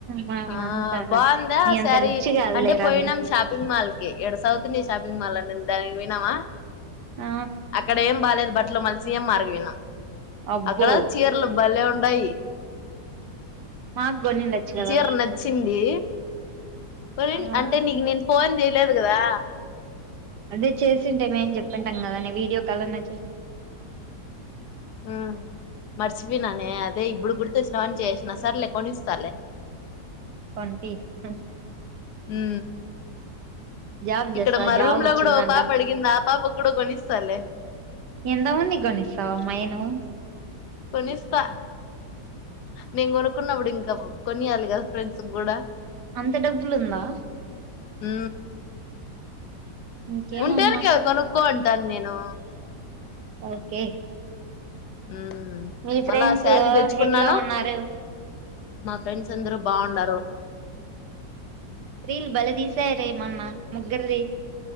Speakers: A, on the right; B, on the left.
A: మనం
B: ఆ
A: అంత
B: బాగుందా
A: నీ
B: శారీ
A: అంత రిచ్ కాదులేరా
B: అంటే పోయినాం
A: మేము
B: షాపింగ్ మాల్ కి ఈడ సౌత్ ఇండియా షాపింగ్ మాల్ అని ఉన్ దానికి పోయినవా
A: ఆ
B: అక్కడేం బాలేదు బట్లు మళ్ళ సీఎం మార్ కి పోయినా
A: అబ్బో
B: అక్కడ చీరలు భలే ఉ. ఉండయి
A: మాగ్ గొనుండొచ్చు కదా
B: టర్ నచ్చింది ఒరే
A: హ
B: అంటే నీకు నేను ఫోన్ చేయలేదు కదా
A: అదే చేసిందై చెప్త ప్పంటంగనే <unintelligible> వీడియో కాల్ లోనే
B: ఉ మర్చిపోయినానే అదే ఇప్పుడు గుర్తొచ్చినవని చేసినా సరలే కొనిస్తాలే
A: కొంటి హు
B: ఉ
A: జాబ్
B: ఇక్కడ
A: చేస్తా
B: మా
A: జాబ్
B: రూమ్ లో
A: వచ్చిందంట
B: కూడా ఓ పాప అడిగింది ఆ పాప కూడా కునిస్తా స్తాలే
A: ఎందామంది అంతమధికొనిస్తవమ్మయి నువ్
B: కొనిస్తా నేను కొనుక్కున్నప్పుడు ఇంకా కొనియాలి కదా ఫ్రెండ్స్ కూడా.
A: అంత డబ్బులుందా.
B: ఉ
A: ఇంకేమమ్మా
B: ఉంటాను కదా కొనుకొంటాను నేను
A: ఒకే
B: మ్మ్
A: మీ
B: మళ్ళా
A: ఫ్రెండ్స్
B: ఆ శారీ తెచ్చుకున్నాను
A: ఎట్లా ఉన్నారు
B: మా ఫ్రెండ్స్ అందరూ బావున్నారూ
A: రీళ్ళు బలే తీసాయారేమొన్న ముగ్గురిది